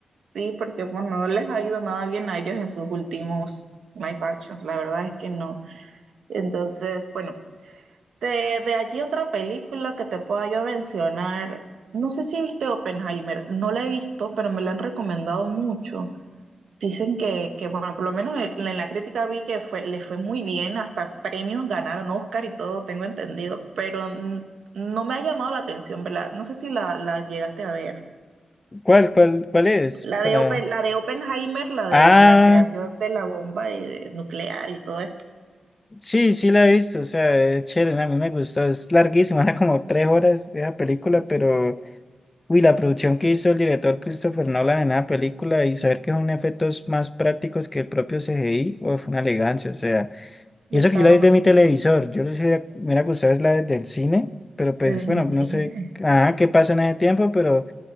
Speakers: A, on the right (about 80°); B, on the left (about 20°).
A: Sí, porque bueno, no les ha ido nada bien a ellos en sus últimos live actions, la verdad es que no. Entonces, bueno, de, de allí otra película que te pueda yo mencionar, no sé si viste Oppenheimer, no la he visto, pero me la han recomendado mucho. Dicen que, que bueno, por lo menos en, en la crítica vi que fue, le fue muy bien, hasta premios ganaron Oscar y todo, tengo entendido, pero mm, no me ha llamado la atención, ¿verdad? No sé si la, la llegaste a ver.
B: ¿Cuál, cuál, cuál es?
A: La
B: Para...
A: de Open, la de Oppenheimer, la
B: Ah,
A: de la creación de la bomba y de- nuclear y todo esto.
B: sí, sí la he visto, o sea, es chévere, a mí me gustó, es larguísima, <laughs> era como tres horas esa película, pero... Uy, la producción que hizo el director Christopher Nolan en la película y saber que son efectos más prácticos que el propio CGI, o fue una elegancia, o sea, y
A: Y
B: eso
A: estaba
B: que yo la vi
A: bueno,
B: de mi televisor, yo no sé, me hubiera gustado es la de- del cine, pero pues
A: desde el
B: bueno,
A: mismo
B: no
A: cine.
B: sé, ah, qué pasó en ese tiempo, pero